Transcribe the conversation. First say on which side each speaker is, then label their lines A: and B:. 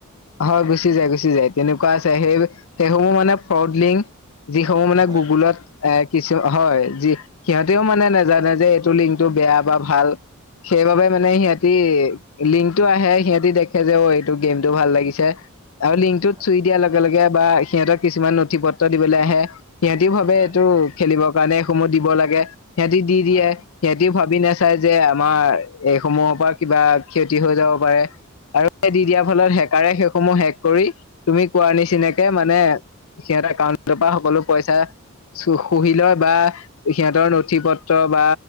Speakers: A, on the left; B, on the right.
A: হয় গুচি যায় গুচি যায় তেনেকুৱা আছে সেই সেইসমূহ মানে ফ্ৰড লিংক যিসমূহ মানে
B: হয়
A: গুগুলত এ কিছু হয় যি সিহঁতেও মানে নাজানে যে এইটো লিংকটো বেয়া বা ভাল। সেইবাবে মানে সিহঁতি লিংকটো আহে সিহঁতি দেখে যে অ এইটো গেমতটো ভাল লাগে। লাগিছে আৰু লিংক টোত
B: হয়
A: চুই দিয়াৰ লগে লগে বা সিহঁতক কিছুমান নথি পত্ৰ দিবলৈ আহে। সিহঁতিও ভাবে
B: হয়
A: এইটো খেলিবৰ কাৰণে এইসমূহ দিব লাগে সিহঁতি দি দিয়ে।
B: হয়
A: সিহঁতিও ভাবি নাচাই যে আমাৰ এইসমূহৰ পৰা কিবা ক্ষতি হৈ যাব পাৰে। আৰু
B: হয়
A: দি দিয়াৰ ফলত হেকাৰে সেইসমূহ হেক কৰি তুমি কোৱাৰ নিচিনাকে
B: হয়
A: মানে সিহঁতৰ একাউণ্টৰ পৰা সকলো পইচা সুহিলয় বা সিহঁতৰ নথি পত্ৰ বা